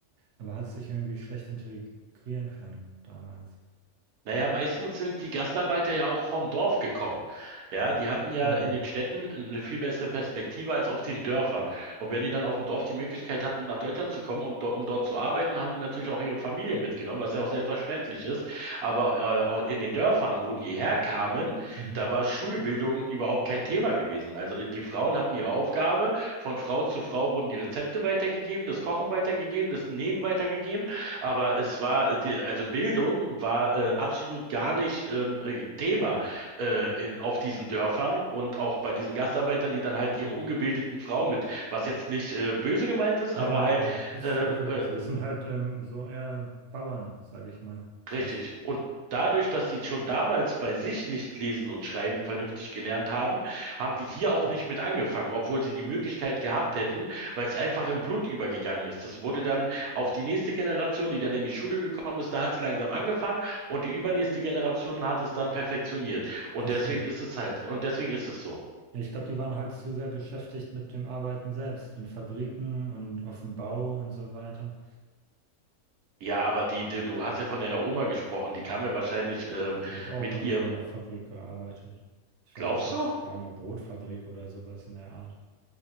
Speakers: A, on the right (about 60°); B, on the right (about 80°).
A: aber hat sich irgendwie schlecht integrieren können damals.
B: Naja, meistens sind die Gastarbeiter ja auch vom Dorf gekommen. Ja, die hatten ja
A: Genau.
B: in den Städten eine viel bessere Perspektive als auf den Dörfern. Und wenn die dann auf dem Dorf die Möglichkeit hatten, nach Deutschland zu kommen und do um dort zu arbeiten, haben die natürlich auch ihre Familie mitgenommen, was ja auch selbstverständlich ist. Aber äh, au- in den Dörfern, wo die herkamen,
A: Mhm.
B: da war Schulbildung überhaupt kein Thema gewesen. Also die, die Frauen hatten ihre Aufgabe, von Frau zu Frau wurden die Rezepte weitergegeben, das Kochen weitergegeben, das Nähen weitergegeben. Aber es war, die, also Bildung war äh, absolut gar nicht ähm, äh, Thema äh, in, auf diesen Dörfern und auch bei diesen Gastarbeitern, die dann halt
A: Ja.
B: ihre ungebildeten Frauen mit, was jetzt nicht äh, böse gemeint ist,
A: Nee,
B: aber
A: nee,
B: halt
A: aber es
B: ähm,
A: ist halt wirklich
B: äh,
A: so. Es sind halt ähm, so eher Bauern, sage ich mal, fast.
B: Richtig. Und dadurch, dass sie schon damals bei sich nicht lesen und schreiben vernünftig gelernt haben, haben die hier auch nicht mit angefangen, obwohl sie die Möglichkeit gehabt hätten, weil es einfach im Blut übergegangen ist. Das wurde dann auf die nächste Generation, die dann in die Schule gekommen ist, da hat es langsam angefangen und die übernächste Generation hat es dann perfektioniert. Und
A: Das
B: deswegen
A: stimmt.
B: ist es halt, und deswegen ist es so.
A: Ja, ich glaube, die waren halt zu sehr beschäftigt mit dem Arbeiten selbst, in Fabriken und auf dem Bau und so weiter.
B: Ja, aber die, die, du hast ja von deiner Oma gesprochen, die kam ja wahrscheinlich ähm,
A: Die hat auch
B: mit
A: irgendwo
B: ihrem,
A: in einer Fabrik gearbeitet. Ich
B: glaubst
A: weiß jetzt nicht,
B: du?
A: ja, in einer Brotfabrik oder sowas in der Art.